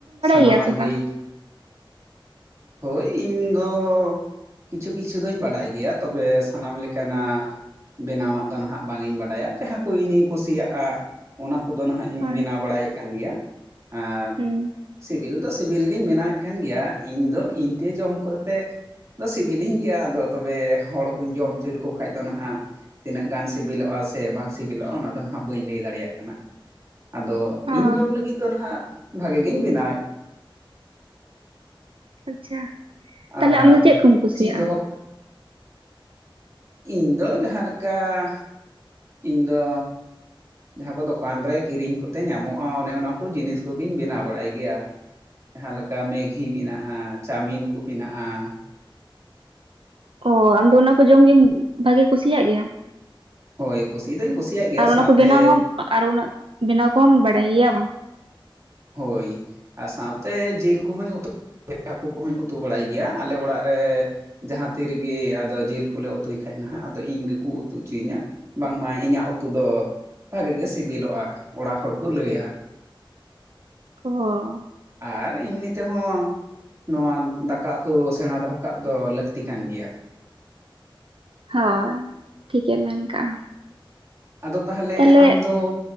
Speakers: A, on the right; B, on the right.
A: ᱥᱟᱱᱟᱢᱟᱜ
B: ᱜᱮᱭᱟ ᱥᱮ
A: ᱜᱤᱼᱼ
B: ᱵᱟᱝ
A: ᱦᱳᱭ ᱤᱧ ᱫᱚᱻ ᱠᱤᱪᱷᱩ ᱠᱤᱪᱷᱩ ᱫᱚᱧ ᱵᱟᱰᱟᱭ ᱜᱮᱭᱟ ᱾ ᱛᱚᱵᱮ ᱥᱟᱱᱟᱢ ᱞᱮᱠᱟᱱᱟᱜ ᱼᱼ ᱵᱮᱱᱟᱣᱟᱜ ᱫᱚ ᱱᱟᱦᱟᱜ ᱵᱟᱝ ᱤᱧ ᱵᱟᱰᱟᱭᱟ ᱾ ᱡᱟᱦᱟᱸ ᱠᱚ ᱤᱧᱤᱧ ᱠᱩᱥᱤᱭᱟᱜᱼᱟ ᱚᱱᱟ ᱠᱚᱫᱚ ᱱᱟᱦᱟᱜ ᱼᱼ ᱤᱧ
B: ᱦᱳᱭ
A: ᱵᱮᱱᱟᱣ ᱵᱟᱲᱟᱭᱮᱫ ᱠᱟᱱ ᱜᱮᱭᱟ ᱟᱨ
B: ᱦᱩᱸ
A: ᱥᱤᱵᱤᱞ ᱫᱚ ᱥᱤᱵ- ᱵᱤᱞ ᱜᱤᱧ ᱵᱮᱱᱟᱣᱮᱫ ᱠᱟᱱ ᱜᱮᱭᱟ ᱤᱧ ᱫᱚ ᱤᱧᱛᱮ ᱡᱚᱢ ᱠᱚᱛᱮᱜ ᱫᱚ ᱥᱤᱵᱤᱞᱤᱧ ᱜᱮᱭᱟ ᱟᱫᱚ ᱛᱚᱵᱮ ᱦᱚᱲ ᱠᱩᱸᱧ ᱡᱚᱢ ᱦᱚᱪᱚ ᱞᱮᱠᱚ ᱠᱷᱟᱡ ᱫᱚ ᱱᱷᱟᱜ ᱛᱤᱱᱟᱹᱜ ᱜᱟᱱ ᱥᱤᱵᱤᱞᱚᱜᱼᱟ ᱥᱮ ᱵᱟᱝ ᱥᱤᱵᱤᱞᱚᱜᱼᱟ, ᱚᱱᱟ ᱫᱚ ᱱᱟᱦᱟᱜ ᱵᱟᱹᱧ ᱞᱟᱹᱭ ᱫᱟᱲᱮᱭᱟᱜ ᱠᱟᱱᱟ? ᱟᱫᱚ!
B: ᱚ
A: ᱤᱧ ᱡᱚᱢ ᱞᱟᱹᱜᱤᱫ ᱫᱚ ᱱᱟᱦᱟᱜ ᱵᱷᱟᱜᱮ ᱜᱤᱧ ᱵᱮᱱᱟᱣᱮᱫ᱾
B: ᱟᱪᱪᱷᱟ!
A: ᱟᱨ
B: ᱛᱟᱦᱚᱞᱮ ᱟᱢ ᱫᱚ ᱪᱮᱫ ᱠᱚᱢ ᱠᱩᱥᱤᱭᱟᱜᱼᱟ?
A: ᱪᱮᱫ ᱫᱚᱦᱚ ᱤᱧᱫᱚ ᱡᱟᱦᱟᱸᱞᱮᱠᱟᱻᱤᱧᱫᱚ ᱡᱟᱦᱟᱸ ᱠᱚ ᱫᱚᱠᱟᱱ ᱨᱮ ᱠᱤᱨᱤᱧ ᱠᱚᱛᱮ ᱧᱟᱢᱚᱜᱼᱟ ᱚᱱᱮ ᱚᱱᱟ ᱠᱚ ᱡᱤᱱᱤᱥ ᱠᱚᱜᱤᱧ ᱵᱮᱱᱟᱣ ᱵᱟᱲᱟᱭ ᱜᱮᱭᱟ᱾ ᱡᱟᱦᱟᱸᱞᱮᱠᱟ ᱢᱮᱜᱷᱤ ᱢᱮᱱᱟᱜᱼᱟ, ᱪᱟᱢᱤᱱ ᱠᱚ ᱵᱮᱱᱟᱜᱼᱟ,
B: ᱚ ᱚᱢᱫᱚ ᱚᱱᱟ ᱠᱚ ᱡᱚᱢ ᱜᱮᱢ ᱵᱷᱟᱜᱤ ᱠᱩᱥᱤᱭᱟᱜ ᱜᱮᱭᱟᱢ?
A: ᱦᱳᱭ! ᱠᱩᱥᱤ ᱫᱚᱧ ᱠᱩᱥᱤᱭᱟᱜ ᱜᱮᱭᱟ
B: ᱟᱨ ᱚᱱᱟ
A: ᱥᱟᱶᱛᱮ
B: ᱠᱚ <unintelligible> ᱟᱨ ᱩᱱᱟᱹᱜ ᱵᱮᱱᱟᱣ ᱠᱚᱦᱚᱢ ᱵᱟᱰᱟᱭ ᱜᱮᱭᱟ ᱵᱟᱝ?
A: ᱦᱳᱭ ᱟᱨ ᱥᱟᱶᱛᱮ ᱡᱤᱞ ᱠᱚᱦᱩᱧ ᱩᱛᱩ- <unintelligible> ᱦᱟᱹᱠᱩ ᱠᱚᱦᱚᱸᱧ ᱩᱛᱩ ᱵᱟᱲᱟᱭ ᱜᱮᱭᱟ, ᱟᱞᱮ ᱚᱲᱟᱜ ᱨᱮ ᱡᱟᱦᱟᱸ ᱛᱤ ᱨᱮᱜᱮ ᱟᱫᱚ ᱡᱤᱞ ᱠᱚᱞᱮ ᱩᱛᱩᱭ ᱠᱷᱟᱡ ᱱᱟᱦᱟᱜ ᱟᱫᱚ ᱤᱧ ᱜᱮᱠᱚ ᱩᱛᱩ ᱚᱪᱚᱭᱤᱧᱟ, ᱵᱟᱝ ᱢᱟ ᱤᱧᱟᱹᱜ ᱩᱛᱩ ᱫᱚ ᱵᱷᱟᱜᱤ ᱜᱮ ᱥᱤᱵᱤᱞᱚᱜᱼᱟ, ᱚᱲᱟᱜ ᱦᱚᱲ ᱠᱚ ᱞᱟᱹᱭᱟ,
B: ᱚᱦᱚ!
A: ᱟᱨ ᱤᱢᱱᱤ ᱛᱮᱦᱚᱸ ᱱᱚᱣᱟ ᱫᱟᱠᱟ ᱩᱛᱩ ᱥᱮᱬᱟ ᱫᱚᱦᱚ ᱠᱟᱜ ᱫᱚ ᱞᱟᱹᱠᱛᱤ ᱠᱟᱱ ᱜᱮᱭᱟ᱾
B: ᱦᱳᱭ! ᱴᱷᱤᱠᱮᱢ ᱢᱮᱱ ᱠᱟᱜᱼᱟ᱾
A: ᱟᱫᱚ ᱛᱟᱦᱮᱞᱮ
B: ᱛᱟᱦᱞᱮ
A: ᱟᱢ ᱫᱚ,